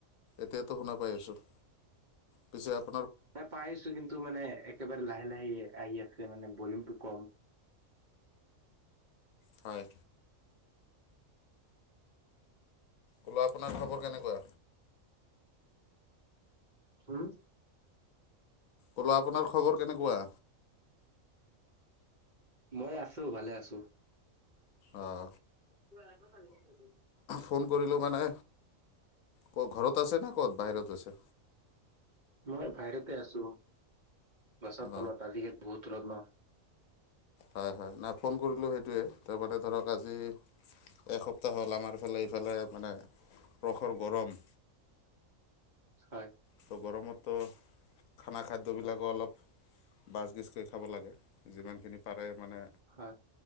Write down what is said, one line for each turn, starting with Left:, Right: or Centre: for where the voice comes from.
Left: এতিয়াতো শুনা পাই আছো। পিছে আপ
Right: পাইছোঁ কিন্তু মানে একেবাৰে লাহে লাহে আহি-আহি আছে মানে লিলউমটো কম।
Left: হয়। ক'লা আপোনাৰ খবৰ কেনেকুৱা?
Right: হম?
Left: ক'লো আপোনাৰ খবৰ কেনেকুৱা?
Right: মই আছোঁ ভালে আছোঁ।
Left: আহ।
Right: কিবা এটা তাৰগেট নেকি?
Left: ফোন কৰিলোঁ মানে, ক'ত ঘৰত আছে ন ক'ত বাহিৰত আছে?
Right: মই বাহিৰতে আছোঁ গছৰ
Left: অঁ
Right: তলত আজিকালি বহুত ৰদ ন।
Left: হয় হয়, নাই ফোন কৰিলোঁ সেইটোৱে তাৰমানে ধৰক আজি এসপ্তাহ হ'ল আমাৰ ইফালে ইফালে মানে প্ৰসৰ গৰম।
Right: হয়।
Left: ত' গৰমতো খানা খাদ্যবিলাকো অলপ বাচ গেচ কে খাব লাগে যিমানখিনি পাৰে মানে
Right: হয়।